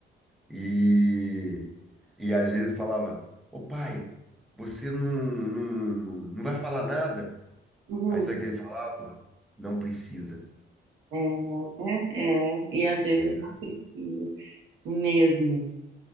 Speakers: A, in the centre; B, on the right.
A: E, e às vezes falava, ô pai, você não, não, não vai falar nada?
B: uhum.
A: Aí sabe o que ele falava? Não precisa.
B: É, né? é. E às vezes
A: É,
B: não precisa mesmo.